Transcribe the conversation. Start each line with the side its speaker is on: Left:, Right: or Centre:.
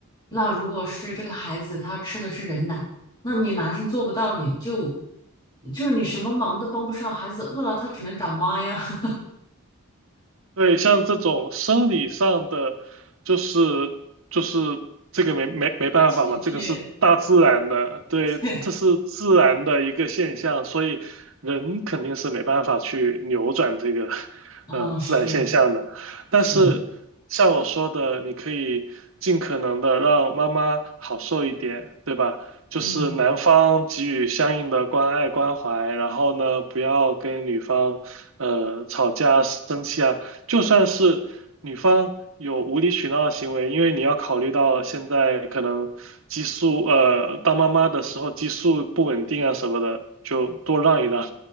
Left: 那如果是这个孩子他吃的是人奶，那你男生做不到，你就就是你什么忙都帮不上，孩子饿了他只能找妈呀。<laughs>
Right: 对，像这种生理上的，就是就是这个没没没办法嘛，
Left: 欠缺，
Right: 这个是大自然的，对，
Left: 对，
Right: 这是自然的一个现象，所以人肯定是没办法去扭转这个
Left: 啊，
Right: 呃自然现象的。
Left: 是
Right: 但是像我说的，
Left: 是，
Right: 你可以尽可能的让妈妈好受一点，对吧？就是男方给予相应的关爱关怀，
Left: 嗯。
Right: 然后呢，不要跟女方呃吵架生气啊。就算是女方有无理取闹的行为，因为你要考虑到现在可能激素，呃，当妈妈的时候激素不稳定啊什么的，就多让一让，